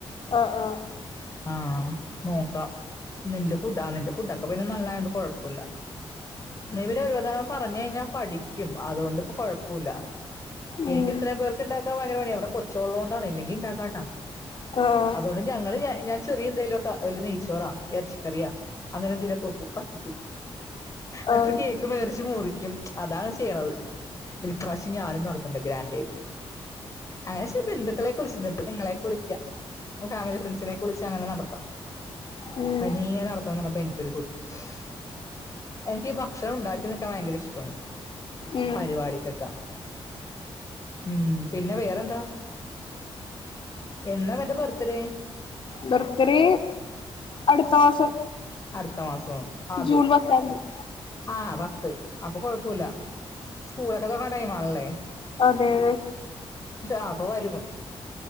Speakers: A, on the left; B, on the left.
A: ആഹ് ആഹ്
B: ആഹ് നോക്കാം നിന്റെ ഫുഡ് ആ നിന്റെ ഫുഡൊക്കെ പിന്നെ നല്ലായോണ്ട് കുഴപ്പമില്ല നീ പിന്നെ ഒരുതവണ പറഞ്ഞു കഴിഞ്ഞാൽ പഠിക്കും അതുകൊണ്ടിപ്പോ കു പോവൂല എനിക്ക്
A: ഉം
B: ഇത്രയും പേർക്കുണ്ടാക്കാൻ ഭയങ്കര പണിയാ അവിടെ കൊച്ചുള്ളൊണ്ട് ആണ് ഇല്ലെങ്കിൽ ഉണ്ടാക്കാട്ടോ
A: ആഹ്
B: അതുകൊണ്ട് ഞങ്ങള് ഞാൻ ചെറിയ എന്തേലും ഒക്കെ വല്ല നെയ്ച്ചോറാ ഇറച്ചിക്കറിയാ അങ്ങനെ എന്തേലൊക്കെോക്കും വയ്ക്കും എന്നിട്ട്
A: ആഹ്
B: കേക്ക് മേടിച്ച് മുറിക്കും അതാണ് ചെയ്യണത് ഈ പ്രാവശ്യം ഞാനും നടത്തുന്നുണ്ട് ഗ്രാൻഡ് ആയിട്ട് <inaudible> <unintelligible> വിളിക്കാം ഫാമിലി ഫ്രണ്ട്സിനെ വിളിച്ച് അങ്ങനെ നടത്താം
A: ഉം
B: <unintelligible> <unintelligible> എനിക്ക് ഭക്ഷണം ഉണ്ടാക്ക എനിക്ക് അതു ഭയങ്കര ഇഷ്ടം ആണ്
A: ഉം
B: പരിപാടിക്കൊ ഉം പിന്നെ വേറെന്താ എന്നാ നിന്റെ ബർത്ത്ഡേ
A: ബർത്ത്ഡേ അടുത്ത മാസം
B: അടുത്ത മാസം ആദ്യം
A: ജൂൺ പത്താം തീയതി
B: ആഹ് അപ്പൊ കൊഴപ്പമില്ല സ്കൂളൊക്കെ തുടങ്ങണ ടൈം ആണല്ലേ
A: അതെ അതെ
B: ആ അപ്പ വരു